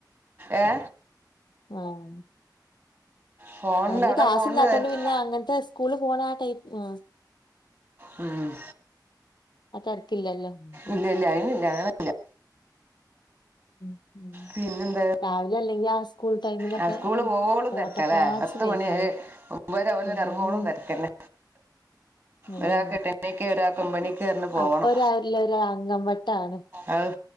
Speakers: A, on the right; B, on the left.
A: ഏഹ
B: ആഹ്
A: ഫോണിന്റെ
B: ഇന്ന്
A: അവിടെ
B: ക്ലാസ്
A: ഫോണിന്
B: ഇല്ലാത്തോണ്ട്
A: തെരക്ക്
B: പിന്നെ അങ്ങനത്തെ സ്കൂള് പോണ ആ ടൈ ആ
A: ഉം
B: തിരക്കില്ലല്ലോ ഉം
A: ഇല്ല ഇല്ല അയ്നില്ല ഏ
B: ഉം ഉം
A: പിന്നെന്താ
B: രാവിലെ അല്ലെങ്കി ആ സ്കൂൾ ടൈമിലൊക്കെ
A: ആ സ്കൂള്
B: അഹ്
A: പോവോളും
B: ഓട്ടപ്പാച്ചിലേക്കാരം
A: തിരക്കല്ലേ പത്ത് മണി ഒമ്പതരാ <unintelligible>
B: ഉം
A: ഇറങ്ങോലം തരക്കെന്നെ
B: അതന്നെ
A: ഒരാൾക്ക് എട്ടണിക്ക് ഒരാൾക്ക് ഒമ്പണിക്ക് പറഞ്ഞ് പോവണം
B: അപ്പൊ ഒരു ആരില ഒരു അങ്കംവട്ടാണ്
A: അഹ്